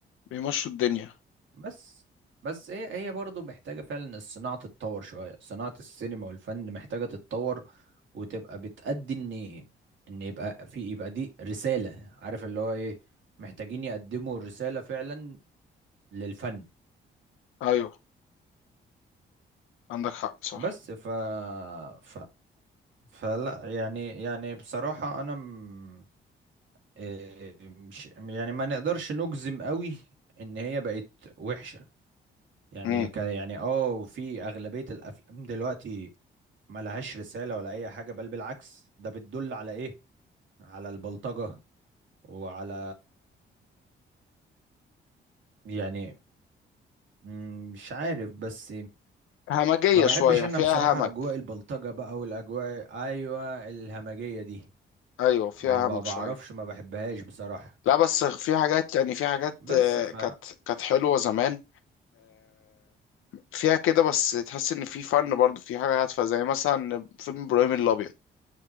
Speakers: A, on the left; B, on the right.
A: بيمشوا الدنيا
B: بس بس هي هي برضه محتاجة فعلا الصناعة تتطور شوية صناعة السينما والفن محتاجة تتطور وتبقى بتأدي ان ان يبقى في يبقى دي رسالة عارف اللي هو ايه محتاجين يقدموا الرسالة فعلا للفن
A: ايوه عندك حق صح
B: بس ف ف فلا يعني يعني بصراحة انا م... إيه مش يعني ما نقدرش نجزم قوي ان هي بقت وحشة يعني
A: امم
B: ك... يعني اه في اغلبية الافلام دلوقتي ما لهاش رسالة ولا أي حاجة بل بالعكس ده بتدل على إيه؟ على البلطجة وعلى يعني مم، مش عارف بس
A: همجيه
B: ما بحبش
A: شويه
B: أنا
A: فيها
B: بصراحة
A: همج
B: أجواء البلطجة بقى والأجواء أيوة الهمجية دي
A: ايوه فيها
B: ما ما
A: همج
B: بعرفش
A: شويه
B: ما بحبهاش بصراحة
A: لا بس في حاجات يعني في حاجات
B: بس
A: آه،
B: ف
A: كانت كانت حلوه زمان فيها كده بس تحس ان في فن برضه في حاجه هادفه زي مثلا فيلم ابراهيم الابيض